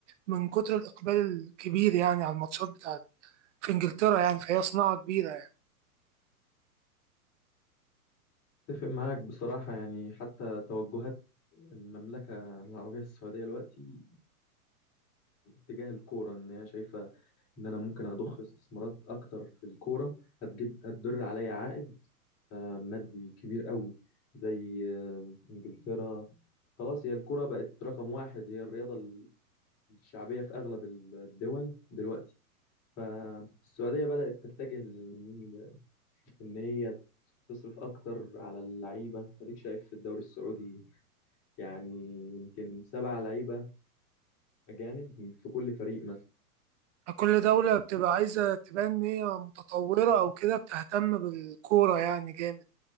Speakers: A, on the right; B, on the left.
A: من كتر الإقبال الكبير يعني على الماتشات بتاعت في إنجلترا يعني فهي صناعة كبيرة يعني
B: اتفق معاك بصراحة يعني حتى توجهات المملكة العربية السعودية دلوقتي تجاه الكورة إن هي شايفة إن أنا ممكن أضخ استثمارات أكتر في الكورة هتجيب هتدر عليا عائد آه، مادي كبير قوي زي آه، إنجلترا خلاص هي الكورة بقت رقم واحد هي الرياضة الشعبية في أغلب الدول دلوقتي فالسعودية بدأت تتجه لل- إن هي تصرف أكتر على اللعيبة أديك شايف في الدوري السعودي يعني يمكن سبع لعيبة أجانب في كل فريق مثلا
A: آه، كل دولة بتبقى عايزة تبان إن هي متطورة أو كده بتهتم بالكورة يعني جامد